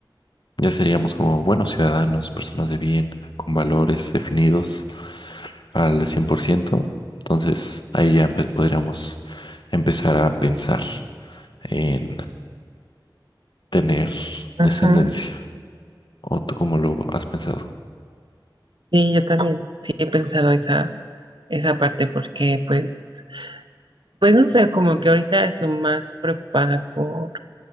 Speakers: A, on the left (about 65°); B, on the right (about 70°).
A: Ya seríamos como buenos ciudadanos, personas de bien, con valores definidos al 100%. Entonces ahí ya empe- podríamos empezar a pensar en tener
B: Ajá.
A: descendencia. ¿O tú cómo lo has pensado?
B: Sí, yo también, sí he pensado esa, esa parte porque pues, pues no sé, como que ahorita estoy más preocupada por